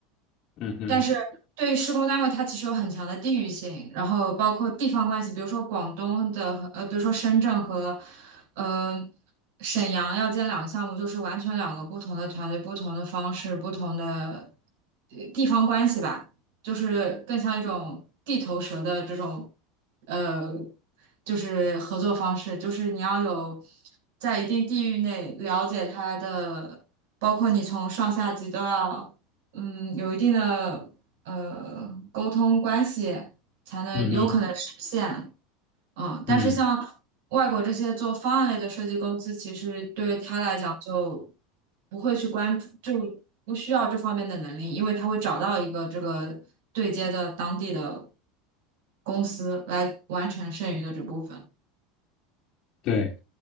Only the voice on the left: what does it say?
嗯哼，
嗯哼，
嗯，
对。